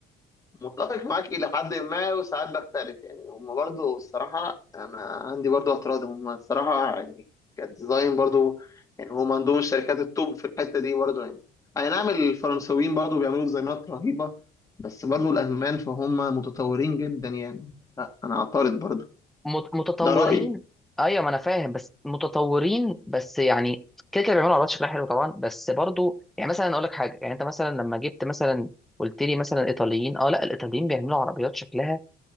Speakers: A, on the left; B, in the centre.
A: متفق معاك إلى حد ما وساعات بختلف يعني هم برضو الصراحة أنا عندي برضو اعتراض هم الصراحة يعني كديزاين برضو يعني هم عندهم الشركات التوب في الحتة دي برضو يعني أي نعم الفرنسويين برضو بيعملوا ديزاينات رهيبة بس برضو الألمان فهم متطورين جدا يعني لا أنا أعترض برضو
B: مت- متطورين
A: ده رأيي
B: ايوه ما انا فاهم بس متطورين بس يعني كده كده بيعملوا عربيات شكلها حلو طبعا بس برضو يعني مثلا اقول لك حاجة يعني انت مثلا لما جبت مثلا قلت لي مثلا ايطاليين اه لا الايطاليين بيعملوا عربيات شكلها